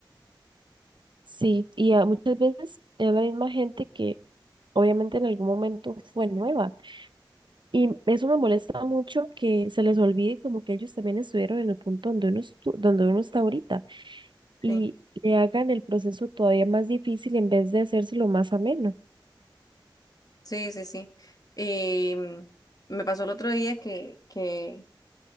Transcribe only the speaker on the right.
Sí, y a- muchas veces es la misma gente que obviamente en algún momento fue nueva. Y eso me molesta mucho que se les olvide como que ellos también estuvieron en el punto donde uno, estu- donde uno está ahorita. y
le hagan el proceso todavía más difícil en vez de hacérselo más ameno.